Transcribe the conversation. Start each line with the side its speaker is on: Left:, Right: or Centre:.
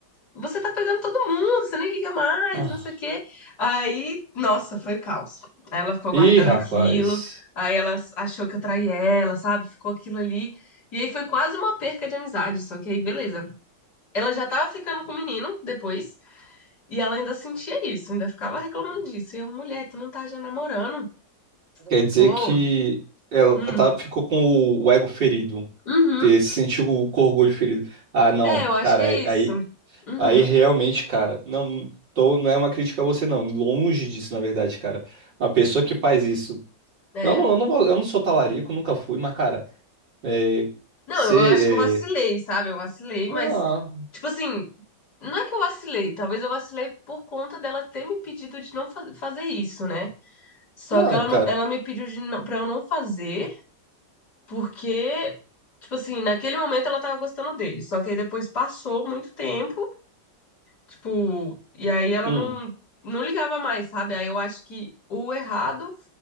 Left: você tá pegando todo mundo, você nem liga mais,
Right: Ah.
Left: não sei o quê. Aí, nossa, foi o caos. Aí ela ficou
Right: Ih,
Left: guardando
Right: rapaz.
Left: aquilo, aí ela achou que eu traí ela, sabe? Ficou aquilo ali. E aí foi quase uma perca de amizade, só que aí beleza. Ela já tava ficando com o menino depois, e ela ainda sentia isso, ainda ficava reclamando disso. E eu, mulher, tu não tá já namorando?
Right: Quer
Left: Tipo,
Right: dizer
Left: ô,
Right: que ela
Left: hum,
Right: tá, ficou com o, o ego ferido.
Left: uhum.
Right: Fe- Se sentiu o- com o orgulho ferido. Ah, não,
Left: É, eu acho
Right: cara,
Left: que é
Right: aí,
Left: isso.
Right: aí
Left: Uhum,
Right: aí realmente, cara, não, tô, não é uma crítica a você, não. Longe disso, na verdade, cara. Uma pessoa que faz isso.
Left: é.
Right: Eu não, eu não, vou- eu não sou talarico, nunca fui, mas, cara, é,
Left: Não,
Right: ser.
Left: eu, eu acho que eu vacilei,
Right: é,
Left: sabe? Eu vacilei, mas,
Right: ah,
Left: tipo assim, não é que eu vacilei, talvez eu vacilei por conta dela ter me pedido de não fa- fazer isso, né? Só
Right: não,
Left: que ela,
Right: cara.
Left: não- ela me pediu de não, pra eu não fazer, porque, tipo assim, naquele momento ela tava gostando dele. Só que aí depois passou muito tempo. Tipo, e aí ela
Right: hum,
Left: não, não ligava mais, sabe? Aí eu acho que o errado,